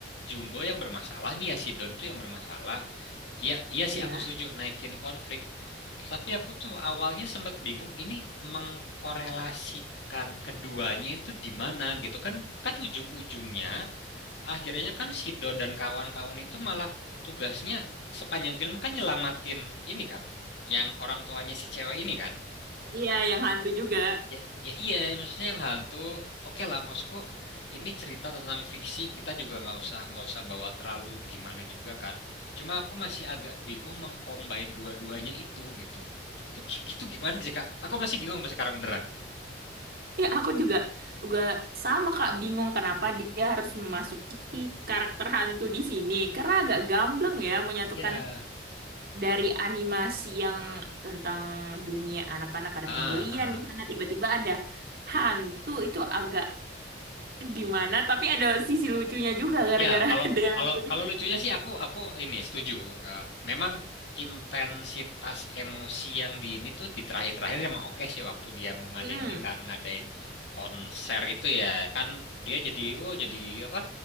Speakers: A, on the left; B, on the right.
A: Jumbo yang bermasalah nih ya si Don tuh yang bermasalah Iya, iya sih
B: Iya.
A: aku setuju naikin konflik. Tapi aku tuh awalnya sempat bingung ini mengkorelasikan keduanya itu di mana gitu kan kan ujung-ujungnya akhirnya kan si Don dan kawan-kawan itu malah tugasnya sepanjang film kan nyelamatin ini kan yang orang tuanya si cewek ini kan.
B: Iya yang hantu juga.
A: Ya, ya iya, maksudnya yang hantu, oke lah, maksudku ini cerita tentang fiksi, kita juga nggak usah nggak usah bawa terlalu gimana juga kan. Cuma aku masih agak bingung mengcombine dua-duanya itu gitu. Itu itu gimana sih Kak? Aku masih bingung sampai sekarang beneran.
B: Ya, aku juga juga sama Kak bingung kenapa dia harus memasuki karakter hantu di sini.
A: Ya.
B: Karena agak gambleng ya menyatukan
A: Ya.
B: dari animasi yang
A: Ah,
B: tentang dunia anak-anak ada
A: ah,
B: pembulian
A: ah.
B: di sana tiba-tiba ada hantu itu agak gimana tapi ada sisi lucunya juga gara-gara
A: Ya, kalau
B: <laughs> ada
A: kalau
B: hantu
A: kalau
B: itu.
A: lucunya sih aku aku ini setuju. Eh, memang intensitas emosi yang di ini tuh di terakhir-terakhir emang oke sih waktu dia mau ngadain
B: Mm,
A: ini kan ngadain konser itu ya kan dia jadi oh jadi apa